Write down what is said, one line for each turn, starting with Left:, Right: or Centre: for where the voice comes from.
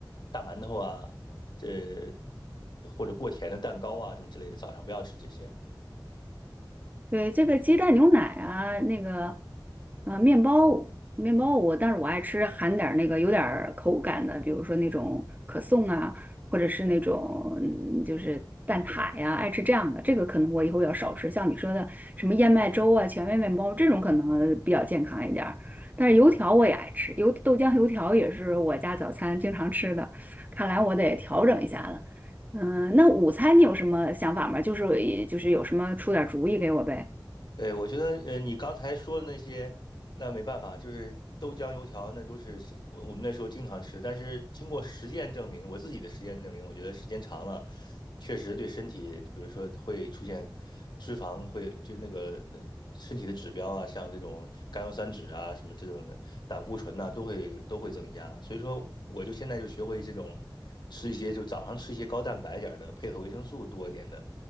Left: 大馒头啊，这或者过甜的蛋糕啊什么之类的，早上不要吃这些。
Right: 对，这个鸡蛋牛奶啊，那个，呃，面包，面包我，但是我爱吃含点儿那个有点儿口感的，比如说那种可颂啊，或者是那种嗯就是蛋挞呀，爱吃这样的。这个可能我以后要少吃，像你说的什么燕麦粥啊、全麦面包这种可能比较健康一点儿但是油条我也爱吃，油豆浆油条也是我家早餐经常吃的，看来我得调整一下了。嗯，那午餐你有什么想法吗？就是就是有什么出点儿主意给我呗。
Left: 对，我觉得，呃，你刚才说的那些，那没办法，就是豆浆油条，那都是是我我们那时候经常吃。但是经过实践证明，我自己的实践证明，我觉得时间长了，确实对身体，比如说会出现脂肪会就那个那个身体的指标啊，像这种甘油三酯啊，什么这种的胆固醇呐、都会都会增加。所以说，我就现在就学会这种吃一些，就早上吃一些高蛋白点儿的，配合维生素多一点的。